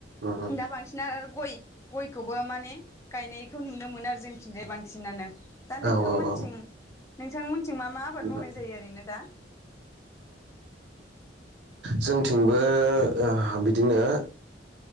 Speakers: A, on the right; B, on the left.
A: उम उम
B: दा बांसिन गय गयखौबो माने गायनायखौ नुनो मोनो आरो जोंथिंजाय बांसिनानो दा नोंथांमोनथिं
A: औ औ
B: नोंथांमोनथिं मा मा आबाद
A: उम
B: मावनाय जायो ओरैनो दा
A: जोंथिं बो बिदिनो